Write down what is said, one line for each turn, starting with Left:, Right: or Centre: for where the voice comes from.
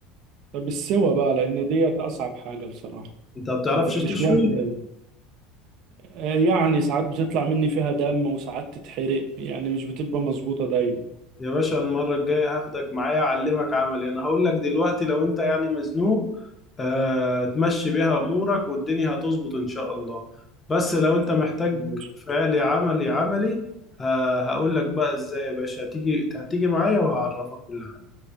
Right: طب السوا بقى لان ديت اصعب حاجة بصراحة
Left: انت ما بتعرفش
Right: انت بتشويها
Left: تشوي
Right: ازاي آه، يعني ساعات بتطلع مني فيها دم وساعات تتحرق يعني مش بتبقى مظبوطة دايما
Left: يا باشا المرة الجاية هاخدك معايا اعلمك عملي انا هقول لك دلوقتي لو انت يعني مزنوق آه تمشي بيها امورك والدنيا هتظبط ان شاء الله بس لو انت محتاج
Right: ماشي
Left: فعلي عملي عملي آه هقول لك بقى ازاي يا باشا هتيجي هتيجي معايا وهعرفك كل حاجة